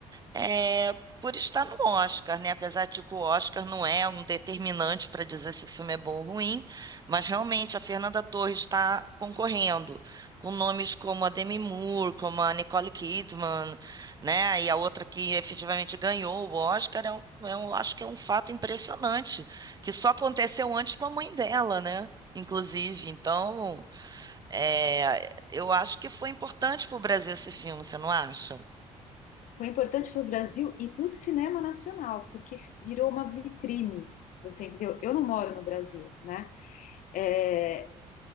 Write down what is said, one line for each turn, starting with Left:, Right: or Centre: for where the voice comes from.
Right: é, por estar no Oscar, né? Apesar de que o Oscar não é um determinante para dizer se o filme é bom ou ruim, mas realmente a Fernanda Torres está concorrendo com nomes como a Demi Moore, como a Nicole Kidman, né? E a outra que efetivamente ganhou o Oscar, é um, é um- acho que é um fato impressionante, que só aconteceu antes com a mãe dela, né? Inclusive, então, é, eu acho que foi importante para o Brasil esse filme, você não acha?
Left: Foi importante para o Brasil e para o cinema nacional, porque virou uma vitrine. Você entendeu? Eu não moro no Brasil, né? É,